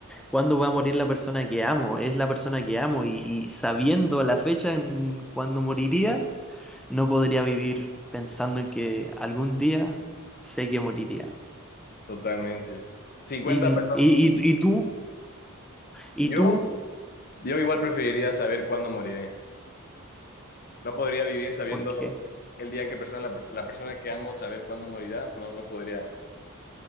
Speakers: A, in the centre; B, on the left.
A: cuándo va a morir la persona que amo, es la persona que amo y, y sabiendo la fecha en cuándo moriría, no podría vivir pensando en que algún día sé que moriría.
B: Totalmente. Cincuenta
A: ¿Y,
B: personas.
A: y, y, y tú? ¿Y
B: Yo,
A: tú?
B: yo igual preferiría saber cuándo moriré. No podría vivir sabiendo
A: ¿Por qué?
B: el día en que persona, la, la persona que amo saber cuándo morirá. No, no podría.